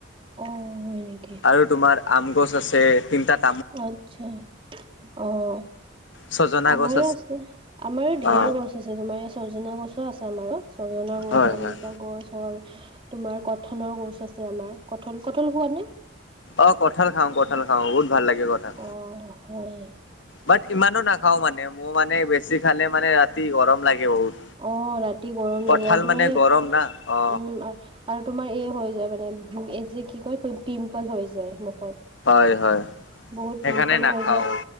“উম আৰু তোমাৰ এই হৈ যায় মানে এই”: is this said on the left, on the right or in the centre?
Right